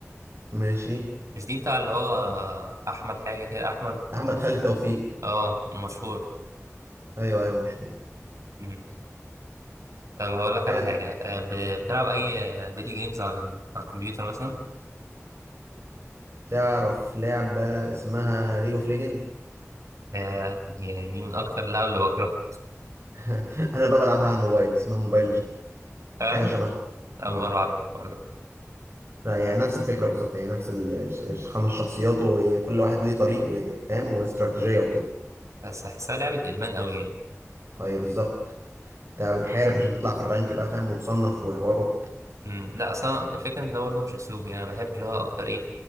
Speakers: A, on the right; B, on the right.
A: ماشي
B: مش دي بتاع اللي هو أحمد حاجة كده أحمد
A: احمد خالد توفيق
B: آه مشهور
A: ايوه ايوه مشهور
B: مم. طب هقول لك على
A: عايز
B: حاجة آه، ب- بتلعب أي آه، فيديو جيمز على على الكمبيوتر مثلا
A: تعرف لعبه اسمها ليج اوف ليجند
B: آه، دي يعني دي من أكتر اللعب اللي بكرهها
A: <laughs> انا بقى بلعبها على الموبايل اسمها موبايل ليجند
B: فعلا
A: حاجة شبه
B: أول
A: اه
B: مرة أعرف الحوار ده
A: لا هي نفس الفكرة بالظبط هي نفس الخمس شخصيات وكل واحد ليه طريق وفاهم واستراتيجية وكده
B: بس أحسها لعبة إدمان أوي يعني
A: هي بالظبط انت بتحارب عشان تطلع في الرانك بقى فاهم وتصنف وحوارات
B: مم. لا اصلا الفكره ان ده برضه مش اسلوبي انا بحب اللي هو اكتر ايه